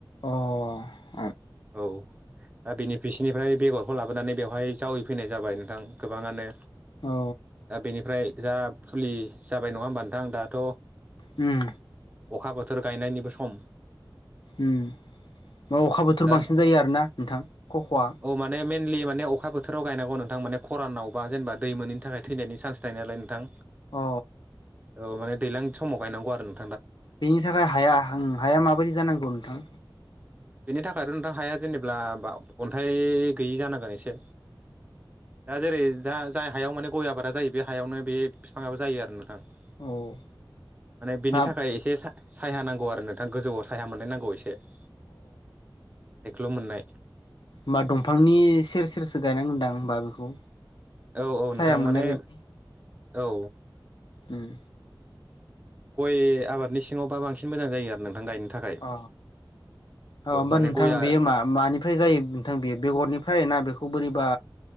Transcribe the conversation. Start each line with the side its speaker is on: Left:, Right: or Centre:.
Left: अ <unintelligible>
Right: औ दा बिनि बिसिोरनिफ्राय बेगरखौ लाबोनानै बेवहाय जावैफैनाय जाबाय नोंथां गोबाङांनो
Left: औ
Right: दा बेनिफ्राय जा फुलि जाबाय नंङा होमबा नोंथां दाथ'
Left: उम
Right: अखा बोथोर गायनायनिबो सम
Left: उ अखा बोथोर
Right: दा
Left: बांसिन जायो आरो ना नोंथां खख'आ
Right: औ माने मे मेनलि माने अखा बोथोराव गायनांगौ नोंथां माने खरानावबा जेनेबा दै मोनैनि थाखाय थैनायनि चान्स थायोनालाय नोंथां
Left: अ
Right: औ माने दैज्लां समाव गायनांगौ आरो न
Left: बेनि थाखाय हाया हाया माबायदि जानांगौ नोंथां
Right: बेनि थाखायथ' नोंथां हाया जेनेबब्लाा अन्थाइ गैयि जानांगोन एसे दा जेरै दा जाय हायाव माने गय आबादा जायो बे हायावनो बे बिफाङाबो जायो आरो नोंथां माने
Left: औ उम
Right: बिनि
Left: मा अ
Right: थाखाय एसे सा
Left: होमबा दंफांनि सेर सेरसो गायनांगोनदां होमबा बेखौ
Right: औ औ
Left: साया
Right: नोंथां
Left: मोननाय
Right: माने
Left: बायदि
Right: औ
Left: उम
Right: गय आबादनि सिङावबा बांसिन मोजां जायो आरो नोंथां गायनो थाखाय
Left: औ औ होमबा
Right: माने
Left: नोंथां
Right: गया
Left: बेयो मा मानिफ्राय जायो नोंथां बे बेगरनिफ्राय ना बे खौ बोरै बा